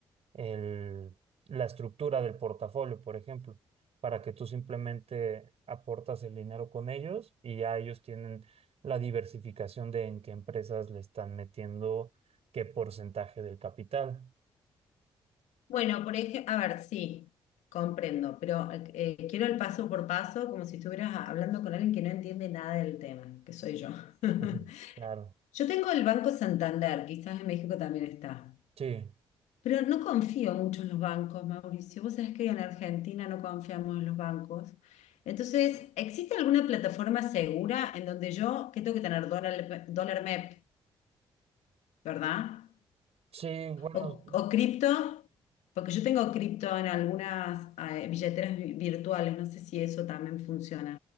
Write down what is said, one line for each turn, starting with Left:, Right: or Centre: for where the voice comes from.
Right: el- la estructura del portafolio, por ejemplo, para que tú simplemente aportas el dinero con ellos y ya ellos tienen la diversificación de en qué empresas le están metiendo qué porcentaje del capital.
Left: Bueno, por ejemplo, a ver, sí, comprendo, pero eh, quiero el paso por paso, como si estuvieras a- hablando con alguien que no entiende nada del tema, que soy yo. <laughs>
Right: Ujú. Claro.
Left: Yo tengo el Banco Santander, quizás en México también está.
Right: Sí,
Left: Pero no confío mucho en los bancos, Mauricio. Vos sabés que en Argentina no confiamos en los bancos. Entonces, ¿existe alguna plataforma segura en donde yo, que tengo que tener dólar, dólar MEP, ¿verdad?
Right: sí, bueno,
Left: O, o cripto, porque yo tengo cripto en algunas eh, billeteras vi- virtuales, no sé si eso también funciona.